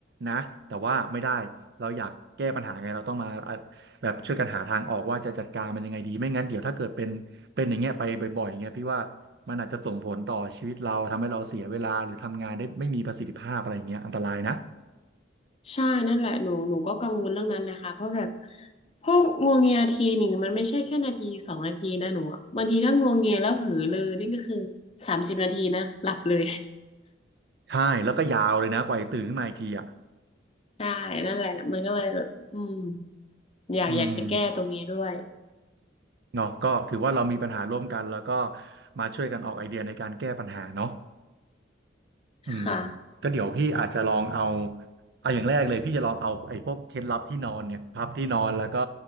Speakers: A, on the right; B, on the left.
A: นะแต่ว่าไม่ได้เราอยากแก้ปัญหาไงเราต้องมาอ่ะแบบช่วยกันหาทางออกว่าจะจัดการมันยังไงดีไม่งั้นเดี๋ยวถ้าเกิดเป็นเป็นอย่างเงี้ยไปบ่อยๆเงี้ยพี่ว่า มันอาจจะส่งผลต่อชีวิตเราทำให้เราเสียเวลาหรือทำงานได้ไม่มีประสิทธิภาพอะไรอย่างเงี้ยอันตรายนะ
B: ใช่นั่นแหละหนูหนูก็กังวลเรื่องนั้นเลยค่ะเพราะแบบพวกงวงเงียทีหนึ่งมันไม่ใช่แค่นาทีสองนาทีนะหนูอะบางทีถ้างวงเงียแล้วเผลอเลยนี่ก็คือสามสิบนาทีนะหลับเลย
A: ใช่แล้วก็ยาวเลยนะกว่าจะตื่นขึ้นมาอีกทีอ่ะ
B: <laughs> ใช่นั่นแหละมันก็เลยแบบอืม อยากอยากจะแก้ตรงนี้ด้วย
A: อืมเนาะก็ถือว่าเรามีปัญหาร่วมกันแล้วก็มาช่วยกันออกไอเดียในการแก้ปัญหาเนาะอืม
B: ค่ะ
A: ก็เดี๋ยวพี่อาจจะลองเอาเอาอย่างแรกเลยพี่จะลองเอาไอ้พวกเคล็ดลับที่นอนเนี่ยพับที่นอนแล้วก็